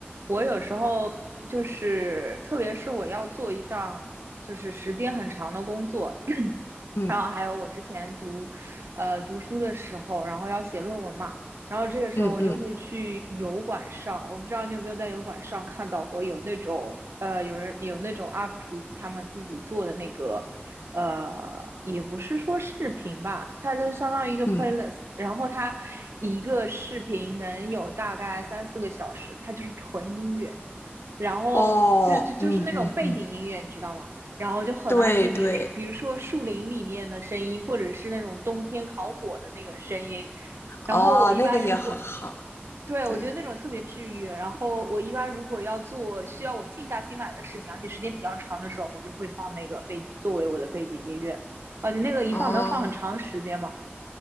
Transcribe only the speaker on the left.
嗯
嗯嗯
嗯，
哦，嗯嗯嗯，
对对，
哦，那个也很好，
对，
啊。